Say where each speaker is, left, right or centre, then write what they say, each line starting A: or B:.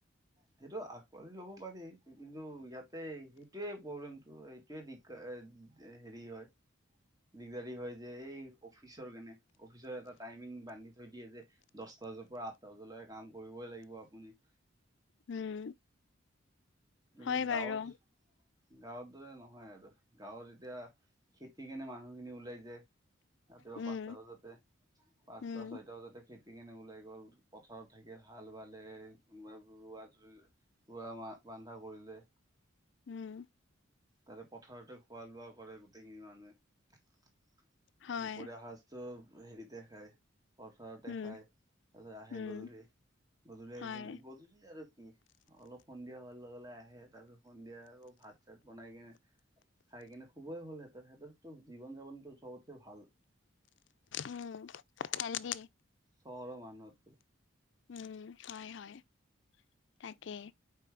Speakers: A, on the right; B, on the left.
A: সেইটো আকোৱালি ল'ব পাৰি কিন্তু ইয়াতে সেইটোৱে প্ৰব্লেমটো হেৰি হয় দিগদাৰি হয় যে এই অফিচৰ কেনেে অফিচৰ এটা টাইমিং বান্ধি থৈ দিয়ে যে দহটা বজাত পৰা আঠটা বজালৈকে কাম কৰিবই লাগিব আপুনি
B: উম
A: কিন্তু
B: হয় বাৰু
A: গাঁৱত গাঁৱত দৰে নহয় আৰু গাঁৱত এতিয়া খেতি কেনে মানুহখিনি ওলাই যায় ৰাতিপুৱা
B: উম,
A: পাঁচটা বজাতে পাঁচটা
B: উম,
A: ছয়টা বজাতে খেতি কেনে ওলাই গল পথাৰত থাকে হাল বালে কোনোবা ৰোৱা ৰোৱা মা বন্ধা কৰিলে
B: উম
A: তাৰে পথাৰতে খোৱা লোৱা কৰে গোটেইখিনি মানুহে
B: হয়,
A: দুপৰ হজটো হেৰি দেখায় পথাৰতে
B: উম,
A: খাই তাৰপাছত আহে
B: উম,
A: গধূলি গধূলি আহি
B: হয়,
A: কিনে গধূলি আৰু কি অলপ সন্ধিয়া হোৱাৰ লগে লগে আহে তাৰ সন্ধিয়া আকৌ ভাত চাত বনাই কিনে, খাই কিনে শুবই হ'ল সিহঁতৰ। সিহত টো জীৱন-যাপনটো চবতচ্ছে ভাল।
B: উম্, হেলদি।
A: চহৰৰ মানুহতকৈ
B: উম্ হয় হয়, তাকেই।